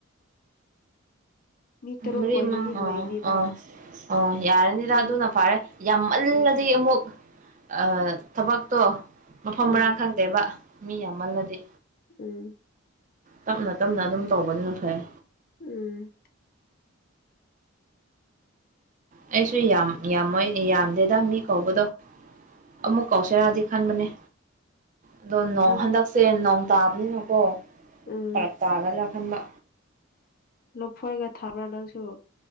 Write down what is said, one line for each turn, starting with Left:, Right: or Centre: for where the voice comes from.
Left: ꯃꯤ ꯇꯔꯨꯛ
Right: ꯃꯔꯤ
Left: ꯑꯣꯏꯔꯗꯤ
Right: ꯃꯉꯥ
Left: ꯂꯣꯏꯅꯦꯕ
Right: ꯑꯥ ꯑꯣ ꯌꯥꯔꯅꯤꯗ
Left: ꯌꯥꯝ
Right: ꯑꯗꯨꯅ ꯐꯔꯦ ꯌꯥꯝꯃꯜꯂꯗꯤ
Left: ꯎꯝ
Right: ꯑꯃꯨꯛ ꯑꯥ ꯊꯥꯕꯛꯇꯣ ꯃꯐꯝ
Left: ꯎꯝ
Right: ꯃꯔꯥꯡ ꯈꯪꯗꯦꯕ ꯃꯤ ꯌꯥꯝꯃꯜꯂꯗꯤ
Left: ꯑꯝ
Right: ꯇꯞꯅ ꯇꯞꯅ ꯑꯗꯨꯝ ꯇꯧꯕꯗꯨꯅ ꯐꯩ
Left: ꯑꯝ
Right: ꯑꯩꯁꯨ ꯌꯥꯝ ꯌꯥꯝꯃꯣꯏ ꯌꯥꯝꯗꯦꯗ ꯃꯤ ꯀꯧꯕꯗꯣ ꯑꯃꯨꯛ ꯀꯧꯁꯤꯔꯗꯤ ꯈꯟꯕꯅꯦ ꯑꯗꯣ ꯅꯣꯡ
Left: ꯅꯪ
Right: ꯍꯟꯗꯛꯁꯦ ꯅꯣꯡ ꯇꯥꯕꯅꯤꯅꯀꯣ
Left: ꯑꯝ
Right: ꯐꯔꯛ ꯇꯥꯒꯗ꯭ꯔꯥ ꯈꯟꯕ
Left: ꯂꯥꯐꯣꯏꯒ ꯊꯥꯕ꯭ꯔꯥ ꯅꯪꯁꯨ